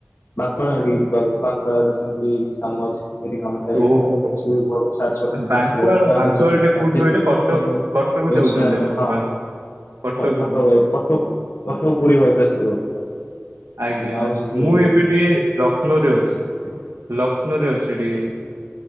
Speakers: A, on the left (about 65°); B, on the right (about 85°).
A: ମାଙ୍କଡ ହାଡିକି ଯିବାର ଅଛି। <unintelligible> ସେମତି କାମ କିଛି ଅଛି। ସେଠି କାମ ସାରିକି
B: ଓହୋ
A: <unintelligible>
B: ବାଙ୍କୁଆଳ
A: ଆମେ
B: ବାଙ୍କୁଆଳ
A: ଯିବୁ
B: ଟେ
A: <unintelligible>
B: କୋଉଠି କହିଲେ କଟକ କଟକ
A: ରେଷ୍ଟୁରାଣ୍ଟରେ
B: ଯାଉଛନ୍ତି ଆପଣ
A: ହଁ
B: ବାଙ୍କ କଟକ ଗଲେ।
A: ଫଟୋ ଭାଇ ଫଟୋ ପୁରୀ ବାଇପାସ୍ ରୋଡ
B: ଆଜ୍ଞା
A: ଆଉ ସେ ଯୋଉ
B: ମୁଁ ଏବେ ଟିକେ ଲଷ୍ନୌରେ ଅଛି। ଲକ୍ଷ୍ନୌରେ ଅଛି ଟିକେ।